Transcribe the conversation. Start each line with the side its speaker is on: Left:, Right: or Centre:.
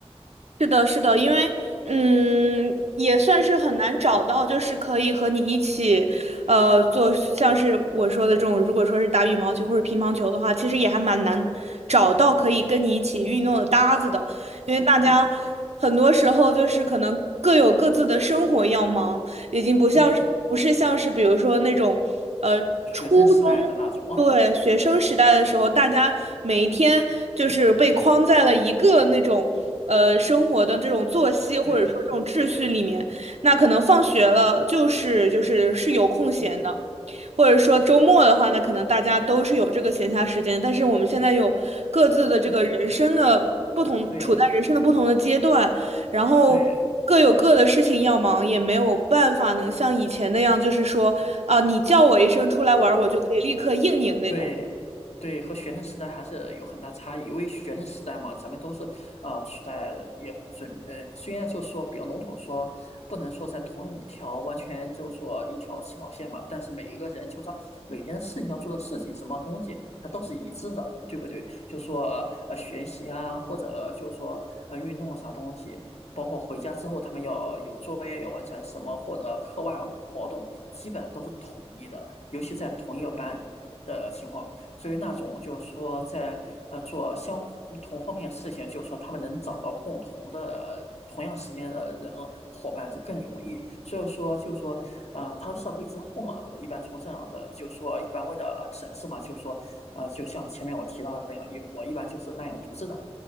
Right: 是的，是的，因为嗯，也算是很难找到，就是可以和你一起，呃，做像是我说的这种，如果说是打羽毛球或者乒乓球的话，其实也还蛮难找到可以跟你一起运动的搭子的，因为大家很多时候就是可能各有各自的生活要忙，
Left: 对
Right: 已经不像是不是像是比如说那种，
Left: 对
Right: 呃。
Left: 学生时代的那种，
Right: 初中。对，学生时代的时候，大家每一天就是被框在了一个那种呃生活的这种作息或者说这种秩序里面。
Left: <laughs> 对，
Right: 那可能放学了就是就是是有空闲的，
Left: 嗯
Right: 或者说周末的话呢，可能大家都是有这个闲暇时间，但是我们现在有各自的这个人生的不同，
Left: 嗯，对
Right: 处在人生的不同的阶段，然后各有各的事情要忙，
Left: 对。
Right: 也没有办法能像以前那样，就是说啊，你叫我一声出来玩儿我就可以立刻应你的那种。
Left: 对，对，和学生时代还是有很大差异，因为学生时代嘛，咱们都是呃处在也准呃，虽然就说比较笼统说，不能说在同一条完全就说一条起跑线嘛，但是每一个人就说每天事情要做的事情，什么东西它都是一致的，对不对？就说呃学习啊，或者就说呃运动啊啥东西，包括回家之后他们要有作业要完成什么，或者课外活动，基本上都是统一的。尤其在同一个班，的情况，所以那种就是说在呃做相同方面的事情，就是说他们能找到共同的同样时间的人伙伴就更容易。所以说就是说啊，踏入社会之后嘛，我一般从这样的就是说一般为了省事嘛，就是说呃就像前面我提到的那样，一我一般就是那样独自的，